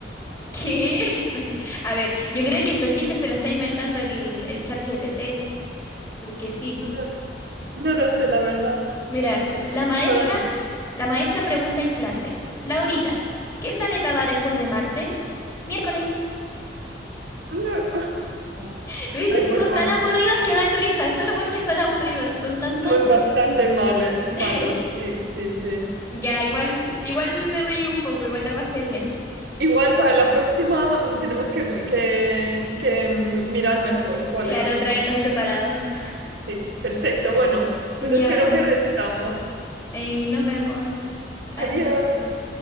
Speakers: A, on the left (about 20°); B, on the right (about 75°).
A: <laughs> ¿Qué? <laughs> A ver, yo creo que estos chistes se los está inventando el, el chat GPT, porque sí.
B: No, no lo sé, la verdad.
A: Mira,
B: Pero
A: la maestra
B: no, la-
A: La maestra pregunta en clase, Laurita, ¿qué planeta va después de Marte? Miércoles.
B: no.
A: <laughs> ¿Viste?
B: Ay,
A: Si
B: por
A: son
B: favor.
A: tan aburridos que dan risa, solo porque son aburridos, son tan tontos.
B: Son bastante males, malos.
A: <laughs>
B: Sí, sí, sí.
A: Ya, igual, igual me reí un poco, igual la pasé bien.
B: Igual para la próxima mm, tenemos que, que- que mirar mejor cuáles
A: Claro,
B: son
A: traerlos
B: buenos.
A: preparados.
B: Sí, perfecto. Bueno, pues
A: Ya,
B: espero que repitamos.
A: y nos vemos.
B: Adiós.
A: Adiós.